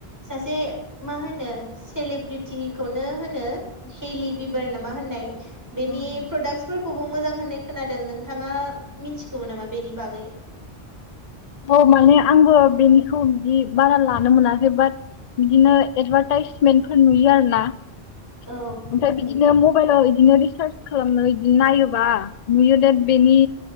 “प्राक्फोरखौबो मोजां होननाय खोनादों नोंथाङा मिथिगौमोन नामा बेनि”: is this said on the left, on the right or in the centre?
Right